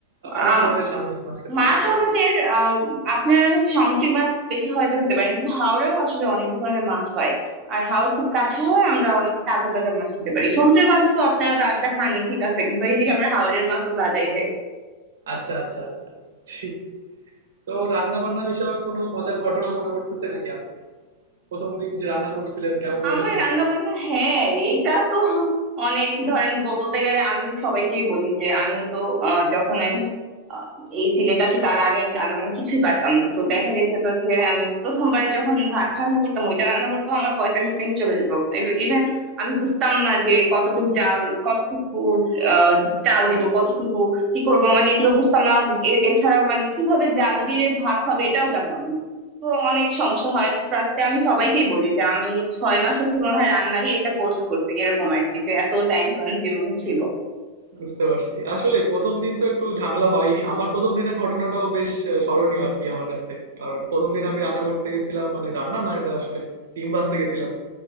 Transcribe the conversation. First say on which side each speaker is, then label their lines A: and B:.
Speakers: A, on the right; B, on the right.
A: আ অনেক
B: আহ
A: ধরনের সামুদ্রিক মাছ খেতে
B: মাছ
A: পারে, তাই না?
B: আমাদের আহ আপনারা সামুদ্রিক মাছ বেশি হয়তো খেতে পারেন কিন্তু হাওরেও আসলে অনেক ধরনের মাছ হয় আর হাওর খুব কাছে হয় আমরা অনেক তাজা তাজা মাছ খেতে পারি সমুদ্রের মাছ তো আপনারা তাজা খানই ঠিক আছে কিন্তু এইদিকে আমরা হাওরের মাছও তাজাই খাই
A: আচ্ছা, আচ্ছা, আচ্ছা। জি। তো রান্না-বান্না বিষয়ক কোনো মজার ঘটনা মনে পড়তেছে নাকি আপনার? ১ম দিন যে রান্না করছিলেন কেমন হয়েছিল?
B: আমার রান্না বান্না হ্যাঁ এইটা তো অনেক ধরেন বলতে গেলে আমি সবাইকেই বলি যে আমি তো আহ, যখন আমি আহ, এই সিলেট আসি তার আগে আমি রান্না বান্না কিছুই পারতাম না তো দেখা গেছে তো যে আমি প্রথমবারে যখন ভাত রান্না করতাম ওইটা রান্না করতাম আমার পঁয়তাল্লিশ মিনিট চলে যেত ইভেন আমি বুঝতাম না যে কতটুকু জাল কতটুকু আহ, চাল দিব কতটুকু কি করব মানে এগুলো বুঝতাম না এ- এছাড়া মানে কিভাবে জাল দিলে ভাত হবে এটাও জানতাম না তো অনেক সমস্যা হয় প্রায় আমি সবাইকেই বলি যে আমি ছয় মাস হচ্ছে মনে হয় রান্নারই একটা কোর্স করছি এরকম আর কি যে এত টাইম কনজিউমিং ছিল
A: বুঝতে পারছি। আসলেই ১ম দিন তো একটু ঝামেলা হয়ই। আমার ১ম দিনের ঘটনাটাও বেশ আ স্মরণীয় আরকি আমার কাছে। কারণ ১ম দিন আমি রান্না করতে গেছিলাম মানে রান্না না এটা আসলে ডিম ভাজতে গেছিলাম।